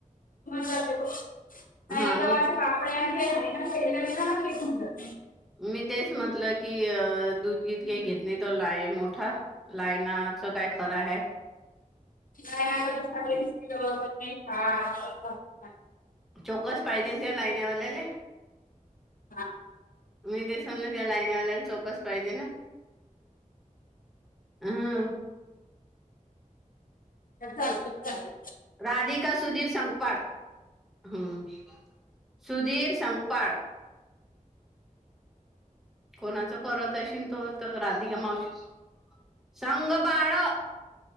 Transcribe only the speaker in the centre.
हा मी
मी तेच म्हटलं की अ दूधगित काही घेत नाही तो लाय मोठा लायना आमच काय खरं आहे
चोकस पाहिजे तेव्हा लायनवाल्याला
मी तेसनल त्या लाईनवाल्याला चौकस पाहिजे ना हह
राधिका सुधीर संखपाळ हम्म सुधीर संखपाळ कोणाचं करत असशील तो तर राधिका मावशी संगबाळ